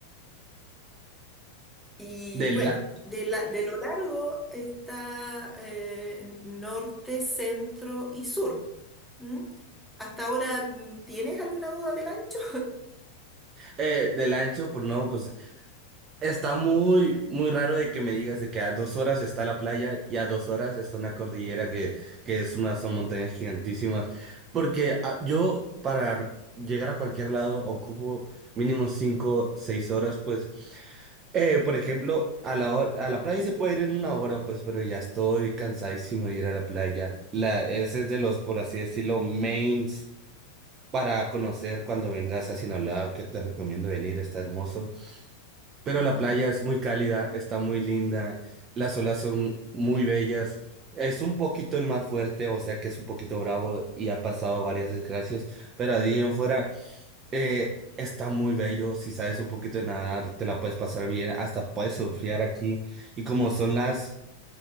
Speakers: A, in the centre; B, on the right (about 30°).
A: Y
B: Del,
A: bueno,
B: la-
A: de, la- de lo largo está eh, norte, centro y sur. ¿m? ¿Hasta ahora mm, tienes alguna duda del ancho?
B: eh, del ancho, pues no, pues Está muy, muy raro de que me digas de que a dos horas está la playa y a dos horas está una cordillera que, que es una, son montañas gigantísimas. Porque ah, yo para r- llegar a cualquier lado ocupo mínimo cinco, seis horas, pues, eh, por ejemplo, a la, hor- a la playa se puede ir en una hora, pues, pero ya estoy cansadísimo de ir a la playa. La, ese es de los, por así decirlo, mains para conocer cuando vengas a Sinaloa, que te recomiendo venir, está hermoso
A: <laughs>
B: pero
A: Ujú.
B: la playa es muy cálida, está muy linda, las olas son muy bellas. Es un poquito el mar fuerte, o sea que es un poquito bravo y ha pasado varias desgracias, pero allí en fuera eh, está muy bello. Si sabes un poquito de nadar, te la puedes pasar bien, hasta puedes surfear aquí. Y como son las